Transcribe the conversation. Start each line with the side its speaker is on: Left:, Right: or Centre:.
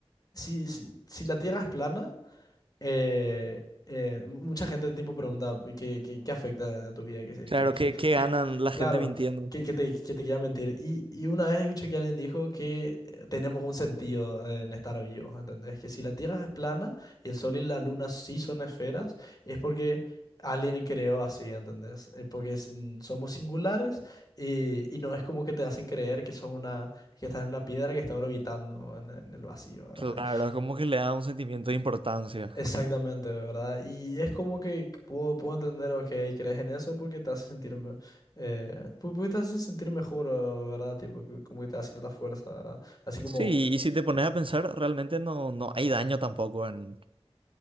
Left: si, si, si la Tierra es plana, eh, eh, mucha gente tipo pregunta qué, qué, qué afecta a tu vida, que, se-
Right: Claro,
Left: que, que,
Right: ¿qué, qué
Left: que-
Right: ganan la
Left: claro,
Right: gente mintiendo?
Left: que, que te, que te quiera mentir. Y, y una vez escuché que alguien dijo que eh, tenemos un sentido en estar vivos, ¿entendés? Que si la Tierra es plana y el Sol y la Luna sí son esferas, es porque alguien creó así, ¿entendés? Eh, porque es- mm, somos singulares y, y no es como que te hacen creer que sos una, que estás en una piedra que está orbitando en, en el vacío, ¿verdad?
Right: Claro, como que le da un sentimiento de importancia.
Left: Exactamente, ¿verdad? Y es como que puedo, puedo entender, ok, crees en eso porque te hace sentir, me- eh, pu- porque te hace sentir mejor, eh, ¿verdad? Tipo, que- como que te da cierta fuerza, ¿verdad? Así como,
Right: Sí, y si te pones a pensar, realmente no, no hay daño tampoco en...